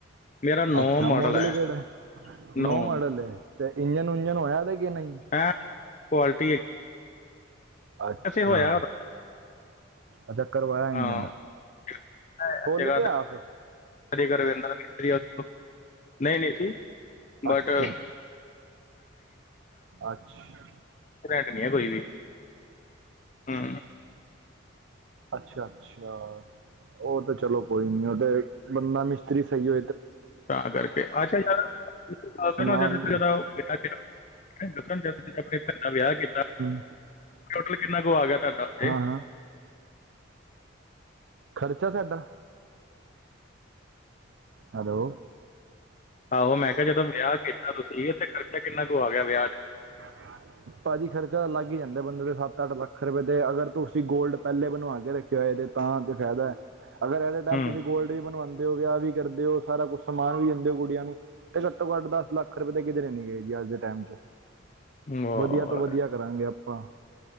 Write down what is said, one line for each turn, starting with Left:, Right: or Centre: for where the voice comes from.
Left: ਮੇਰਾ ਨੌ
Right: ਅੱਛਾ,
Left: ਮਾਡਲ
Right: ਮੋਡਲ
Left: ਹੈ
Right: ਕਿਹੜਾ? ਨੋ
Left: ਨੌ
Right: ਮਾੱਡਲ ਏ। ਤੇ ਇੰਜਨ-ਉੰਜਨ ਹੋਇਆ ਤੇ ਕਿ ਨਹੀਂ।
Left: ਐ ਕੁਆਲਿਟੀ
Right: ਅੱਛਾ।
Left: ਐਸੇ ਹੋਇਆ ਉਹਦਾ
Right: ਅੱਛਾ ਕਰਵਾਇਆ ਇੰਜਨ
Left: ਹਾਂ, <unintelligible> ਏ
Right: ਫੁੱਲ
Left: ਜਗਾਪਰੀ
Right: ਕੇ ਆਫ
Left: <unintelligible> ਨਾ ਮਿਸਤਰੀ, <unintelligible> ਨਹੀਂ-ਨਹੀਂ ਜੀ। <unintelligible> ਨਹੀਂ
Right: ਅੱਛਾ ਅੱਛਾ
Left: ਹੈ ਕੋਈ ਵੀ। ਹੁਂ।
Right: ਅੱਛਾ-ਅੱਛਾ, ਉਹ ਤੇ ਚਲੋ ਕੋਈ ਨਹੀਂ। ਉਹ ਤੇ ਬੰਦਾ ਮਿਸਤਰੀ ਸਹੀ ਹ
Left: ਤਾਂ ਕਰਕੇ। ਅੱਛਾ ਯਾਰਾ ਆਪਣੋ
Right: ਸਮਾਨ
Left: ਜਾਂਦਾ ਤੋਂ ਜਾਂਦਾ ਓ <unintelligible> ਆਪਣੇ ਭੈਣ ਦਾ ਵਿਆਹ ਕੀਤਾ
Right: <inaudible>
Left: ਫਿਰ ਕਿੰਨਾ ਕੁ ਆ ਗਿਆ? ਤੁਹਾਡਾ ਉੱਤੇ
Right: ਹਾਂ-ਹਾਂ, ਖਰਚਾ ਸਾਡਾ? ਹੈਲੋ।
Left: ਆਹੋ ਮੈਂ ਕਿਹਾ ਜਦੋਂ ਵਿਆਹ ਕੀਤਾ ਤੁਸੀਂ, ਤੇ ਖਰਚਾ ਕਿੰਨਾ ਕੁ ਆ ਗਿਆ ਵਿਆਹ ਚ?
Right: ਧ ਭਾਜੀ, ਖਰਚਾ ਲੱਗ ਹੀ ਜਾਂਦਾ ਬੰਦੇ ਦੇ ਸੱਤ-ਅਠ ਲੱਖ ਰੁਪਏ ਤੇ ਅਗਰ ਤੁਸੀਂ ਗੋਲਡ ਪਹਿਲੇ ਬਣਵਾ ਕੇ ਰੱਖ ਹੋਯਾ ਤੇ। ਤਾਂ ਤੇ ਫਾਇਦਾ ਹ। ਅਗਰ ਐਟੇ ਟਾਈਮ
Left: ਹੂੰ
Right: ਤੁਸੀਂ ਗੋਲਡ ਵੀ ਬਣਵਾਂਦੇ ਹੋ ਤੇ ਵਿਆਹ ਵੀ ਕਰ ਦਿਓ ਸਾਰਾ ਕੁਝ ਸਮਾਨ ਵੀ ਦਿਨ ਦੇ ਉਹ ਗੁੜੀਆਂ ਨੂੰ ਤੇ ਘੱਟੋ-ਘੱਟ ਦੱਸ ਲੱਖ ਰੁਪਏ ਤੇ ਕਿਧਰੇ ਨਹੀਂ ਗਏ ਜ ਅੱਜ ਦੇ ਟਾਈਮ ਚ।
Left: ਵਾਹ
Right: ਵਧੀਆ ਤੋਂ ਵਧੀਆ ਕਰਾਂਗੇ ਅਪ ਆਪਾਂ।